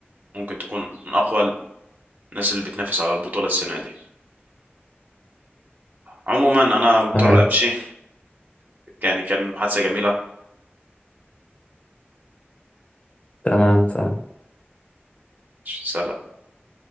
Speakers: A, on the right; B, on the left.
A: ممكن تكون من اقوى الناس اللي بتنافس على البطولة السنة دي عموما انا مضطر
B: تمام
A: امشي يعني كان محادثة جميلة
B: تمام تمام
A: سلام